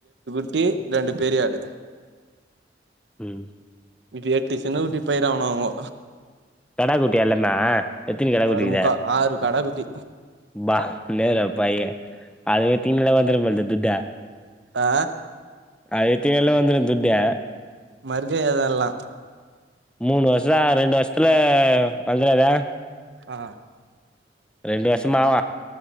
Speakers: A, on the right (about 80°); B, in the centre.
A: குட்டி ரெண்டு பெரிய ஆடு
B: ம்
A: மீதி எட்டு சின்னக்குட்டி போயிருவானுவோ அவுங்கோ
B: கடாக்குட்டி எல்லாமே எத்தினி கடாக்குட்டி
A: அதுல
B: இக்குது
A: முக்கா ஆறு கடாக்குட்டி
B: பா நேருபைய அத வித்தீங்கனாலே வந்துன்போல துட்டே
A: ஆ
B: அத வித்தீங்கனாலே வந்துரு துட்டே
A: மருகயா தா எல்லா
B: மூணு வருஷ ரெண்டு வருஷத்துல வந்துறாத
A: ஆ
B: ரெண்டு வஷம் மாவ